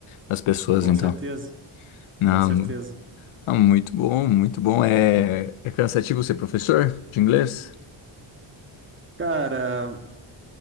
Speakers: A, on the left; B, on the right.
A: As pessoas,
B: Com
A: então.
B: certeza,
A: Não,
B: com certeza.
A: ah, muito bom, muito bom. É, é cansativo ser professor de inglês?
B: Cara,